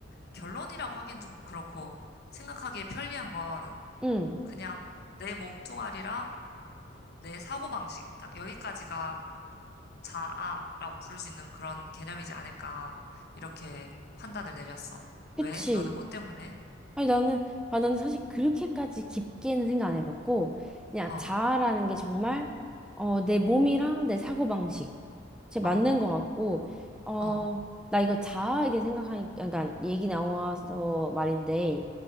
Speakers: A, on the left (about 55°); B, in the centre.
A: 결론이라고 하긴 좀 그렇고 생각하기에 편리한 건
B: 응,
A: 그냥 내 몸뚱아리랑 내 사고방식, 딱 여기까지가 자아라고 부를 수 있는 그런 개념이지 않을까, 이렇게 판단을 내렸어.
B: 그치?
A: 왜? 너는 뭐 때문에?
B: 아니, 나는, 아, 나는 사실 그렇게까지 깊게는 생각 안 해봤고, 그냥
A: 어,
B: 자아라는 게 정말, 어, 내 몸이랑 내 사고방식, 제 맞는
A: 어,
B: 것 같고, 어,
A: 어,
B: 나 이거 자아에 대해 생각하니까, 그러니까 얘기 나와서 말인데,